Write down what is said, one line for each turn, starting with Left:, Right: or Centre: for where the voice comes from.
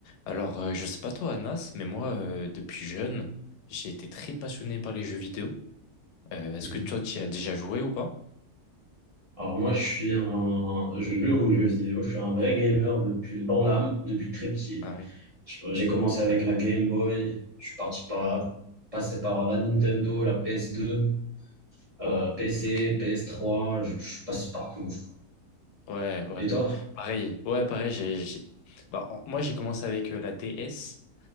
Left: Alors, euh, je sais pas toi, Anas, mais moi, euh, depuis jeune, j'ai été très passionné par les jeux vidéo. Euh, est-ce
Right: Mhm.
Left: que toi, tu y as déjà joué ou pas?
Right: Alors moi, je suis un, je joue aux jeux vidéo, je suis un vrai gamer depuis, dans l'âme, depuis très petit.
Left: Ah ouais,
Right: Je- J'ai commencé avec la Game Boy, je suis parti par, passé par la Nintendo, la PS2, euh, PC,
Left: ok.
Right: PS3, je, je suis passé partout, je crois.
Left: Ouais, ouais,
Right: Et
Left: pa-
Right: toi?
Left: pareil. Ouais, pareil, j'ai, j'ai- Bah, en- moi, j'ai commencé avec euh, la DS.